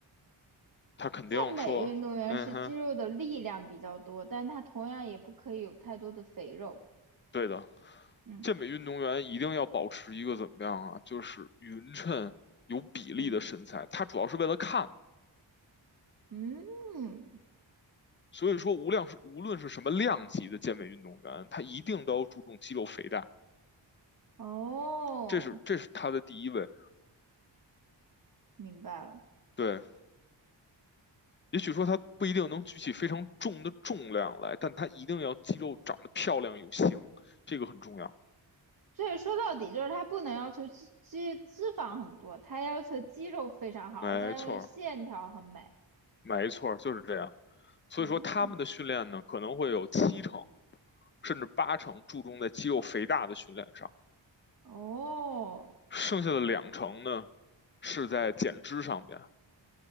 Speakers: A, on the left (about 25°); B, on the right (about 45°).
A: 他肯定说，
B: 健美运动员是肌肉的力量比较多，
A: 嗯哼，
B: 但他同样也不可以有太多的肥肉，
A: 对的，
B: 嗯
A: 健美运动员一定要保持一个怎么样啊？就是匀称、有比例的身材。
B: 嗯，
A: 他主要是为了看，
B: 嗯，
A: 所以说无量是无论是什么量级的健美运动员，他一定都要注重肌肉肥大，
B: 哦，
A: 这是这是他的第一位。
B: 明白了。
A: 对，也许说他不一定能举起非常重的重量来，但他一定要肌肉长得漂亮有型，这个很重要。
B: 所以说到底就是他不能要求脂脂脂肪很多，他要求肌肉非常好，
A: 没错
B: 而且它线条很美。
A: 没错就是这样。所以说他们的训练呢，
B: 嗯，
A: 可能会有七成甚至八成注重在肌肉肥大的训练上，
B: 哦，
A: 剩下的两成呢是在减脂上面。